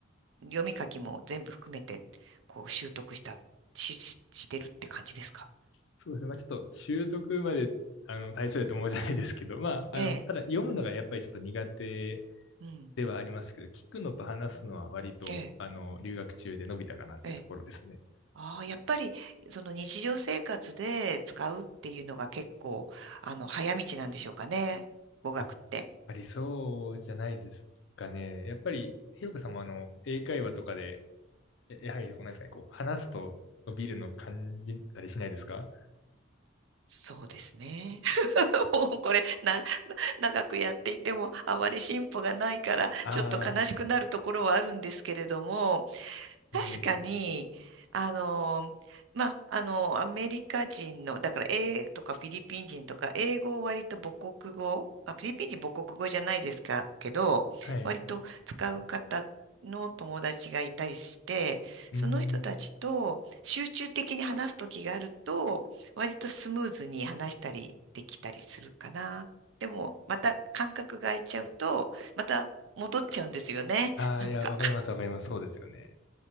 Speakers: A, on the right; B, on the left.
A: 読み書きも全部含めて、こう、習得した、し、ししてるって感じですか
B: そうですね。まあ、ちょっと習得まで、あの、大層やと思うじゃないですけど、まあ、あの、
A: ええ、
B: ただ読むのがやっぱりちょっと苦手
A: うん。
B: ではありますけど、聞くのと話すのは割と、
A: うんええ、
B: あの、留学中で伸びたかなってところですね。
A: ええ。ああ、やっぱり、その日常生活で使うっていうのが結構、あの、早道なんでしょうかね。語学って。
B: やっぱりそうじゃないですかね。やっぱり、ひろこさんもあの、英会話とかで、ややはり、こうなんですかね、こう、話すと伸びるの感じたりしないですか
A: そうですね。<laughs> もうこれ、な、長くやっていても、あまり進歩がないから、
B: ああ
A: ちょっと悲しくなるところはあるんですけれども、確かに、
B: ー、なるほど。
A: あの、まあ、あの、アメリカ人の、だから、英とかフィリピン人とか、英語を割と母国語、あ、フィリピン人母国語じゃないですか、けど、
B: はい。
A: 割と使う方の友達がいたりして、
B: うーん。
A: その人たちと集中的に話す時があると、割とスムーズに話したりできたりするかな。でも、また間隔が空いちゃうと、また戻っちゃうんですよね。
B: ああ、
A: なんか
B: いや、わかります、わかります。そうですよね。